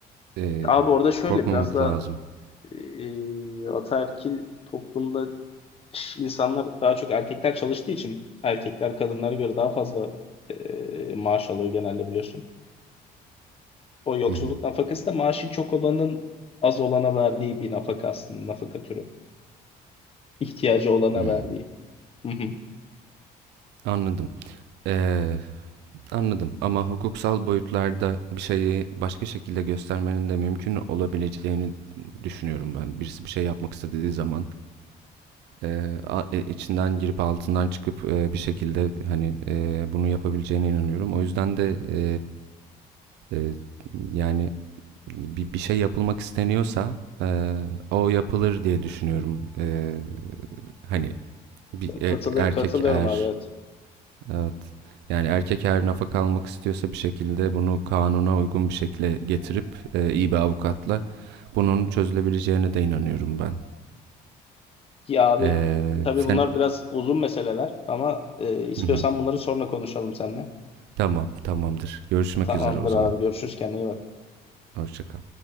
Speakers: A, on the right; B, on the left.
A: Ee,
B: Abi orada şöyle
A: korkmamak
B: biraz da
A: lazım.
B: e, ataerkil toplumda ş- insanlar daha çok erkekler çalıştığı için erkekler kadınlara göre daha fazla e, maaş alıyor genelde biliyorsun. O yoksulluk
A: Hı hı.
B: nafakası da maaşı çok olanın az olana verdiği bir nafaka aslında nafaka türü. İhtiyacı olana
A: Hmm.
B: verdiği. Hı hı.
A: Anladım. Ee, anladım ama hukuksal boyutlarda bir şeyi başka şekilde göstermenin de mümkün olabileceğini düşünüyorum ben. Birisi bir şey yapmak istediği zaman e, a- e, içinden girip altından çıkıp e, bir şekilde hani e, bunu yapabileceğine inanıyorum. O yüzden de e, e, yani bir, bir şey yapılmak isteniyorsa e, o yapılır diye düşünüyorum. E, hani bir e,
B: Katılı,
A: erkek
B: katılıyorum
A: eğer
B: abi evet.
A: Evet. Yani erkek her nafaka almak istiyorsa bir şekilde bunu kanuna uygun bir şekilde getirip e, iyi bir avukatla bunun çözülebileceğine de inanıyorum ben.
B: Ya abi
A: E,
B: tabii
A: sen...
B: bunlar biraz uzun meseleler ama e, istiyorsan
A: Hı hı.
B: bunları sonra konuşalım seninle.
A: Tamam, tamamdır. Görüşmek
B: Tamamdır
A: üzere o zaman.
B: abi görüşürüz kendine iyi bak.
A: Hoşça kal.